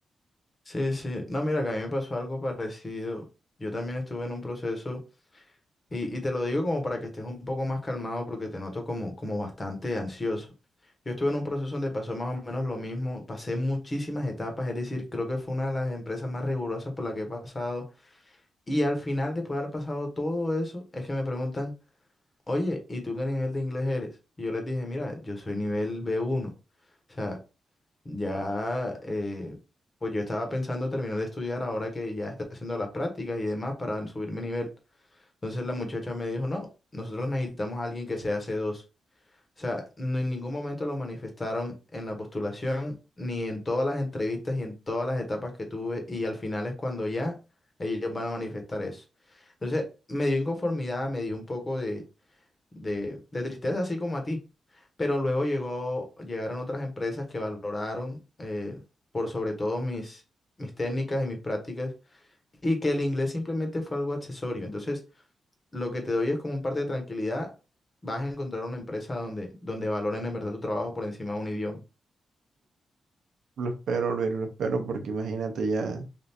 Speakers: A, on the left; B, on the right.
A: Sí, sí. No, mira, que a mí me pasó algo parecido. Yo también estuve en un proceso. Y, y te lo digo como para que estés un poco más calmado porque te noto como, como bastante ansioso. Yo estuve en un proceso donde pasó más o menos lo mismo, pasé muchísimas etapas, es decir, creo que fue una de las empresas más rigurosas por la que he pasado. Y al final, después de haber pasado todo eso, es que me preguntan, oye, ¿y tú qué nivel de inglés eres? Y yo les dije, mira, yo soy nivel B1. O sea, ya, eh, pues yo estaba pensando terminar de estudiar ahora que ya está haciendo las prácticas y demás para subir mi nivel. Entonces la muchacha me dijo, no, nosotros necesitamos a alguien que sea C2. O sea, no en ningún momento lo manifestaron en la postulación, ni en todas las entrevistas y en todas las etapas que tuve, y al final es cuando ya ellos van a manifestar eso. Entonces me dio inconformidad, me dio un poco de, de, de tristeza, así como a ti. Pero luego llegó, llegaron otras empresas que valoraron eh, por sobre todo mis, mis técnicas y mis prácticas, y que el inglés simplemente fue algo accesorio. Entonces, lo que te doy es como un parte de tranquilidad. Vas a encontrar una empresa donde, donde valoren en verdad tu trabajo por encima de un idioma.
B: Lo espero, Luis, lo espero porque imagínate ya,